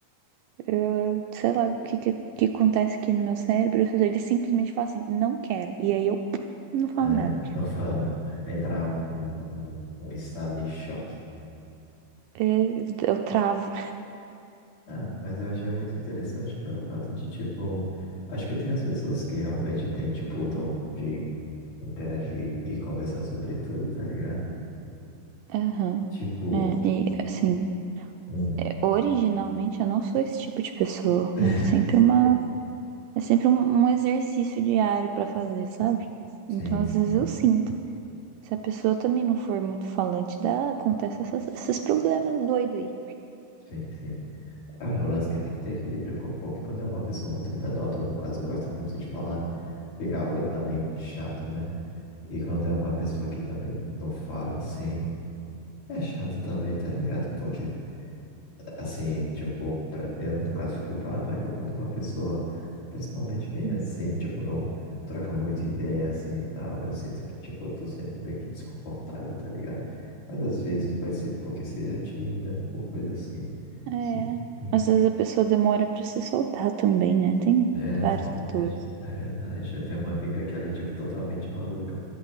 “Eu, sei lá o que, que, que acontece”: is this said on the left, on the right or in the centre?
Right